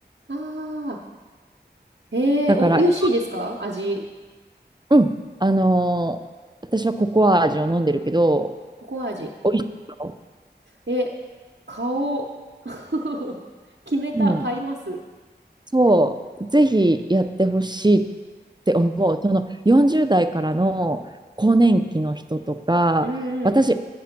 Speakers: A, on the right; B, on the right.
A: ああ。ええー、
B: だから
A: お、美味しいですか味。
B: うん。あのー私はココア味を飲んでるけど、
A: ココア味。
B: 美味しいよ。
A: え、買おう。<laughs> 決めた。
B: うん。
A: 買います。
B: そう。ぜひやってほしいって思う。その40代からの更年期の人とか、
A: うんうん。
B: 私、